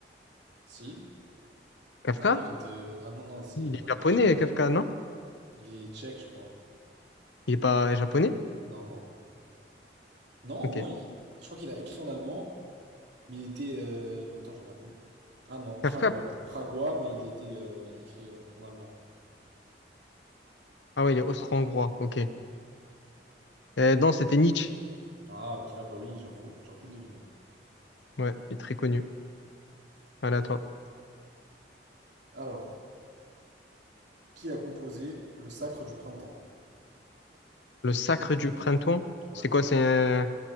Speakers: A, on the right; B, on the left.
A: si.
B: Kafka?
A: Ah non, il vient de... Ah non, non, c'est...
B: Il est
A: Non, il
B: japonais,
A: est tchèque.
B: Kafka, non?
A: Il est tchèque, je crois.
B: Il est pas japonais?
A: Non, non. Non,
B: Ok.
A: non, il- je crois qu'il a écrit en allemand, mais il était... euh, Attends, je vais regarder. Ah non, pragois.
B: Kafka?
A: Pragois, mais il était, euh, il a écrit euh, en allemand.
B: Ah ouais, il est austro-hongrois, ok. Euh, non, c'était Nietzsche.
A: Ah ok, ah bah oui, j'avoue, j'aurais pu le deviner.
B: Ouais, il est très connu. Voilà, à toi.
A: Alors, qui a composé Le Sacre du Printemps?
B: Le sacre du printemps,
A: Ouais,
B: c'est quoi? C'est un-